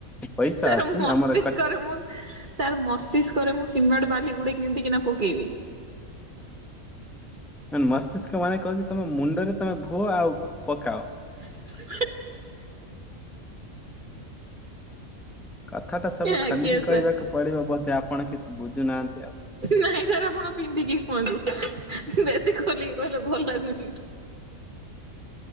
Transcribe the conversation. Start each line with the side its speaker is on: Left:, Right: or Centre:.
Centre: ପଇସା
Right: ସାର୍
Centre: ଅଛି
Right: ମସ୍ତିଷ୍କରେ
Centre: ଆମର
Right: ମୁଁ ସାର୍ ମସ୍ତିଷ୍କରେ ମୁଁ ସିମେଣ୍ଟ ବାଲି ଗୁଡେ କେମିତି କିିନା ପକେଇବି।
Centre: ମ ମସ୍ତିଷ୍କ ମାନେ କହୁଛି ତମ ମୁଣ୍ଡରେ ତମେ ଭୁଅ ଆଉ ପକାଅ।
Right: <inaudible>
Centre: କଥାଟା ସବୁ
Right: ଆଜ୍ଞା
Centre: ଖାଲିକି କହିବାକୁ
Right: ସାର୍
Centre: ପଡିବ ବୋଧେ ଆପଣ କିଛି ବୁଝୁନାହାନ୍ତି ଆଉ।
Right: ନାଇଁ ସାର୍ ଆପଣ ପିନ୍ଧିକି କୁହନ୍ତୁ ବେଶୀ ଖୋଲିକି କହିଲେ ଭଲ ଲାଗୁନି।